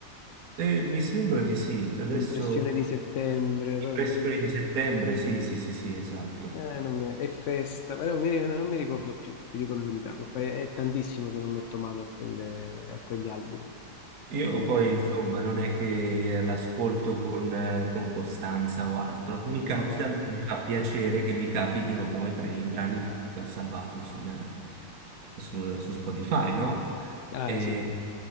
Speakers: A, on the right; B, on the left.
A: Eh, mi sembra di sì, adesso
B: Impressione di settembre,
A: impressioni
B: però non mi ri-
A: di settembre, sì, sì, sì, sì, esatto.
B: eh, non mi- è festa, però non mi, ri- non mi ricordo più, ti dico la verità. so- È, è tantissimo che non metto mano a, quelle- a quegli album.
A: Io
B: Proprio
A: poi,
B: tanto.
A: insomma, non è che l'ascolto con, eh, con costanza o altro. Mi capita,
B: No, vabbè.
A: mi fa piacere che mi capitino poi tra i brani che ho salvato sul- sul- su Spotify, no?
B: Ah,
A: E
B: eh, sì.